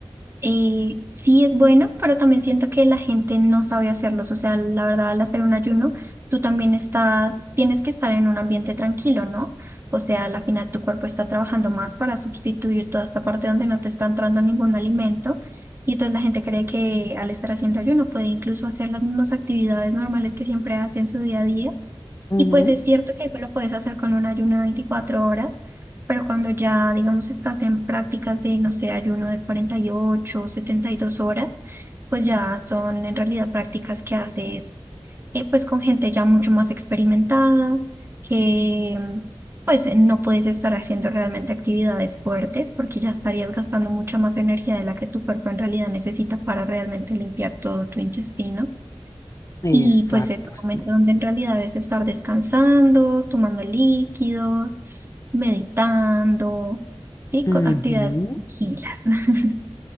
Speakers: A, on the right (about 25°); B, on the left (about 35°).
A: eh, sí es bueno, pero también siento que la gente no sabe hacerlos. O sea, la verdad, al hacer un ayuno, tú también estás, tienes que estar en un ambiente tranquilo, ¿no? O sea, al final tu cuerpo está trabajando más para sustituir toda esta parte donde no te está entrando ningún alimento. Y entonces la gente cree que al estar haciendo ayuno puede incluso hacer las mismas actividades normales que siempre hace en su día a día
B: Ujú,
A: y pues es cierto que eso lo puedes hacer con un ayuno de 24 horas, pero cuando ya, digamos, estás en prácticas de, no sé, ayuno de 48 o 72 horas, pues ya son en realidad prácticas que haces eh, pues con gente ya mucho más experimentada, que mm, pues no puedes estar haciendo realmente actividades fuertes porque ya estarías gastando mucha más energía de la que tu cuerpo en realidad necesita para realmente limpiar todo tu intestino.
B: Exacto,
A: Y pues es un
B: sí.
A: momento donde en realidad debes estar descansando, tomando líquidos, meditando, sí, co-
B: Ujú.
A: actividades tranquilas. <laughs>